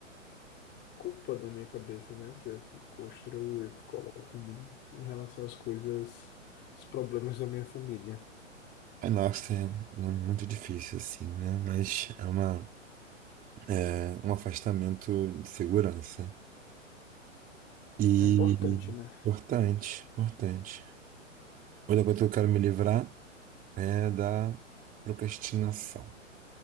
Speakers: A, on the left; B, on the right.
A: culpa da minha cabeça, né? Que eu que construo, eu que coloco em mim em relação às coisas, os problemas da minha família.
B: É, nossa, é é muito difícil assim, né? Mas é, uma, é um afastamento de segurança. E
A: É importante, né?
B: importante, importante. Outra coisa que eu quero me livrar é da procrastinação.